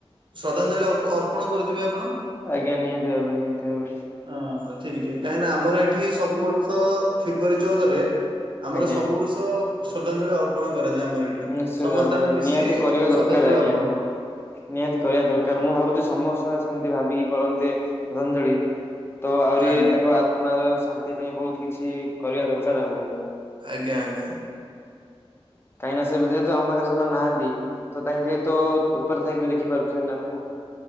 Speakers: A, on the right; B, on the left.
A: ଶ୍ରଦ୍ଧାଞ୍ଜଳି ଅର୍ପ ଅର୍ପଣ କରୁଥିବେ ଆପଣ।
B: ଆଜ୍ଞା ନିହାତି ଭାବେ ନିହାତି ଭାବେ।
A: ହଁ ଠିକ ଠିକ କାହିଁକି ନା ଆମର ଏଠି ସବୁ ବର୍ଷ ଫେବୃଆାରୀ ଚଉଦରେ ଆମର
B: ଆଜ୍ଞା।
A: ସବୁ ବର୍ଷ ଶ୍ରଦ୍ଧାଞ୍ଜଳି ଅର୍ପଣ କରାଯାଏ ଆମର ଏଠି।
B: ନିଶ୍ଚିତ
A: ସମସ୍ତେ
B: ଭାବରେ
A: ଆମେ ମିଶି
B: ନିହାତି କରିବା ଦରକାର
A: ଶ୍ରଦ୍ଧାଞ୍ଜଳି
B: ଆଜ୍ଞା।
A: ଅର୍ପଣ କରୁ।
B: ନିହାତି କରିବା ଦରକାର ମୁଁ ଭାବୁଛି ସମସ୍ତେ ସେମିତି ଭାବିକି କରନ୍ତେ ଶ୍ରଦ୍ଧାଞ୍ଜଳି ତ ଆହୁରି
A: ଆଜ୍ଞା
B: ତାଙ୍କ ଆତ୍ମା ର ଶାନ୍ତି ପାଇଁ ବହୁତ କିଛି କରିବା ଦରକାର ଆମକୁ।
A: ଆଜ୍ଞା ଆଜ୍ଞା
B: କାହିଁକି ନା ଯେହେତୁ ଆମ ପାଖରେ ସେମାନେ ନାହାନ୍ତି ତ ତାଙ୍କେ ତ ଉପରେ ଥାଇ ଦେଖି ପାରୁଥିବେ ନା ଆମକୁ